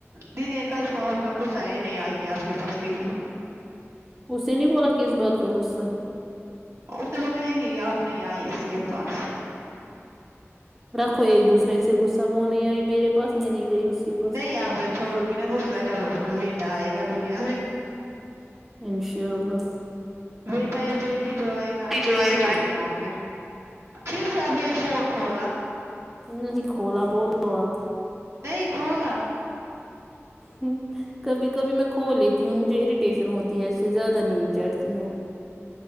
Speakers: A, on the right; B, in the centre.
A: د دیکھا اس کو آپ کا غصہ یہ نہیں آئے گیا آپ کے پاس کہیں بھی
B: اسے نہیں بولا کس بات کا غصہ
A: اور اس نے بولا یہی آپ نہیں آئی اس کے پاس
B: رکھو ایک دوسرے سے غصہ وہ نہیں آئی میرے پاس یہ نہیں گئی اس کے پاس
A: نہیں اب میں چھوڑوں گی نا غصہ جب اس کا بیٹا آئے گا دنیا میں
B: انشاء اللہ
A: بیٹا بیٹی جو آئے گا اچھے
B: جوائے
A: سے
B: گا
A: پھر جاؤں گے پھر سے آپ نے یہ فون کھلاا
B: نہیں کھولا بولو اپ
A: نہیں کولا
B: ہ کبھی کبھی میں کھو لی تی ہوں مجھے اریٹیشن ہوتی ہے اس سے زیادہ نیند چڑھتی ہے